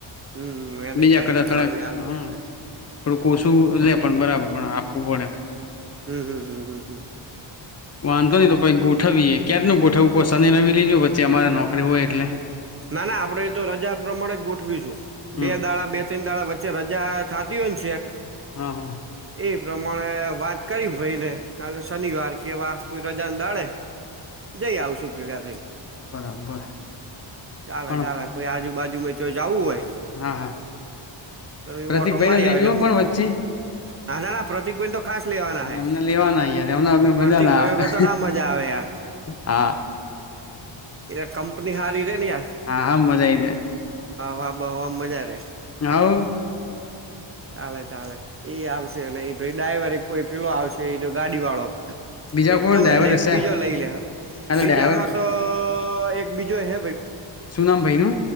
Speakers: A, on the right; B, on the left.
A: હમ એને
B: બીજા
A: થાય
B: કરતા
A: ને કસારો
B: થોડાક
A: એ હાલવો
B: હમ
A: પડે
B: થોડું કોશું લે પણ બરાબર પણ આપવું પડે એમ
A: હમ હમ હમ હમ હમ.
B: વાંધો નહી તો પ ગોઠવીએે ક્યારે ન ગોઠવ? શનિ રવિ લીજો વચે અમારે નોકરી હોય એટલે.
A: ના ના આપડે એ તો રજા પ્રમાણે જ ગોઠવીશું
B: હમ
A: બે દાડા બે ત્રણ દાળચ રજા થતી હોય ને શેટ
B: હા હા.
A: એ પ્રમાણે વાત કરી ભાઈને હ શનિવાર કેવા કોઈ રજાને દાડે જઈ આવશું ભેગા થઈ
B: બરાબર.
A: ચાલે
B: પણ
A: ચાલે પઈ આજુ બાાજુ જાવું
B: હા હા
A: હોય
B: પ્રતિકભાઈ
A: ઓટો મારી
B: ને લઈ
A: આવે
B: જવો
A: એટલે હું.
B: પણ વચ્ચે
A: હા ના પ્રતિક બેન તો ખાસ લેવાના હૈ
B: એમને લેવાના યાર એમને વગર મજા
A: પ્રતિક
B: ના
A: ભાઈ
B: આવે
A: કે તો ના મજા આવે યાર.
B: હા
A: એ કંપની હારી રે ને યાર
B: હા હા મજા આઈ જાય
A: હવા બહમ મજા રે
B: હવ
A: ચાલે ચાલે એ આવશે અને એ ડ્રાઈવર એક પેલો આવશે એ તો ગાડી વાળો.
B: બીજા
A: એક
B: કોણ
A: તમે
B: ડ્રાઈવર
A: ને એક
B: હશે
A: બીજો
B: હા
A: લઈ લે
B: તો
A: બીજામાં
B: ડ્રાઈવર
A: તો એક બીજો હ
B: શું નામ ભાઈનું